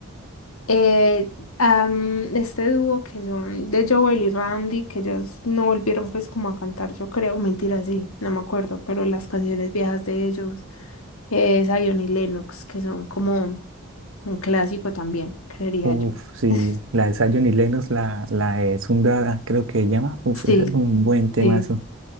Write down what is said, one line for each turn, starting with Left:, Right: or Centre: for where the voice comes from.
Left: Eh, am, este dúo que son de Joel y Randy, que ellos no volvieron pues como a cantar, yo creo, mentira, sí, no me acuerdo, pero las canciones viejas de ellos, eh, Zion y Lennox, que son como un clásico también, creería
Right: Uf,
Left: yo.
Right: sí,
Left: <laughs>
Right: la de Zion y Lennox, la, la de Sundada, creo que se llama. Uf,
Left: Sí,
Right: ese es un buen temazo.
Left: sí,